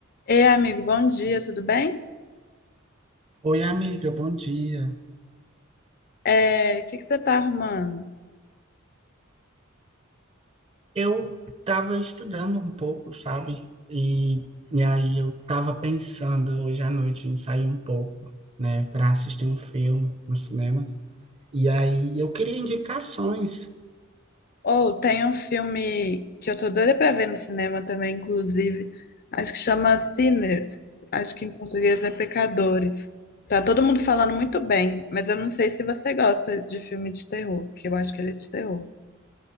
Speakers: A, on the left; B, on the right.
A: Ei, amigo, bom dia, tudo bem?
B: Oi, amiga, bom dia.
A: É, o que que você tá arrumando?
B: Eu estava estudando um pouco, sabe? E, e aí eu estava pensando hoje à noite em sair um pouco, né, para assistir um filme no cinema. E aí eu queria indicações.
A: Ou tem um filme que eu tô doida pra ver no cinema também, inclusive. Acho que chama Sinners. Acho que em português é Pecadores. Tá todo mundo falando muito bem, mas eu não sei se você gosta de filme de terror, que eu acho que ele é de terror.